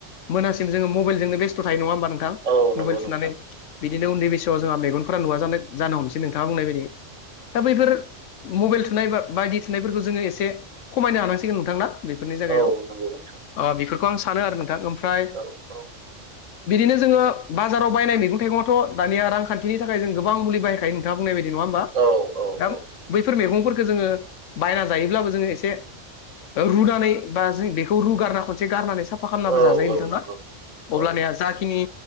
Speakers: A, on the left; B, on the right.
A: मोनासिम जोङो मबेलजोंनो बेस्थ' थायो नङा होमबा नोंथां
B: औ नंगौ
A: मबेल थुनानै
B: नोंथां
A: बिदिनो उन्दै बैसोआव जोंहा मेगनफोरा नुवा जानाय जानो हमसै नोंथाङा बुंनाय बायदि दा बैफोर मबेल थुनाय बा बायदि थुनायफोरखौ जोङो एसे खमायनो हानांसिगोन नोंथांना बेफोरनि जायगायाव
B: औ नंगौ नोंथां
A: ओ बेफोरखौ आं सानो आरो नोंथां ओमफ्राय
B: औ औ
A: बिदिनो जोङो बाजाराव बायनाय मैगं थाइगङाथ' दानिया रांखान्थिनि थाखाय जों गोबां मुलि बायखायो नोंथाङा बुंनाय बायदि नङा ओमबा
B: औ औ
A: दा
B: औ
A: बैफोर मैगंफोरखौ जोङो बायना जायोब्लाबो जोङो एसे रुनानै बा जों बेखौ रुगारना खनसे गारनानै साफा खालामनाबो
B: औ
A: जाजायो
B: औ
A: नोंथाङा
B: नंगौ औ
A: अब्लानिया जाखिनि